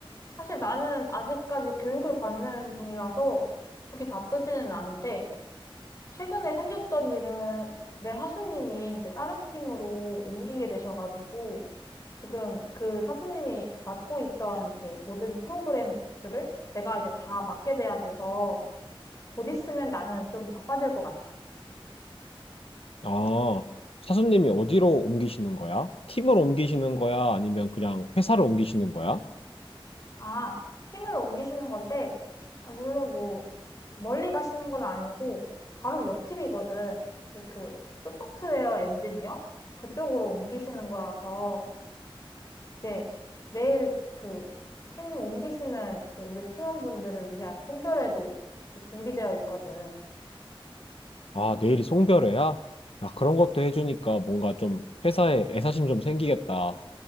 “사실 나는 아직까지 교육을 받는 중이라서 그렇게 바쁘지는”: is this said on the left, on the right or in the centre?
Left